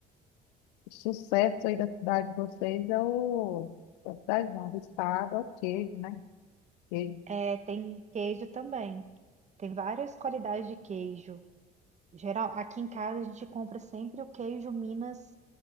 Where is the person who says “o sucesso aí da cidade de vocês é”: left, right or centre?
Left